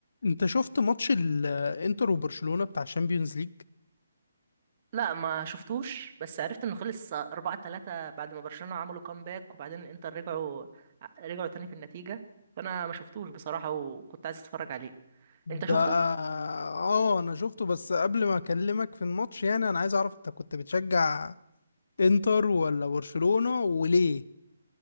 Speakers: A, on the left (about 65°); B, on the right (about 30°).
A: انت شفت ماتش الانتر وبرشلونة بتاع الشامبيونز ليج
B: لا ما شفتوش بس عرفت انه خلص 4 3 بعد ما برشلونة عملوا كامباك وبعدين الانتر رجعوا رجعوا تاني في النتيجة فانا ما شفتوش بصراحة وكنت عايز اتفرج عليه
A: ده
B: انت شفته
A: اه انا شفته بس قبل ما اكلمك في الماتش يعني انا عايز اعرف انت كنت بتشجع انتر ولا برشلونة وليه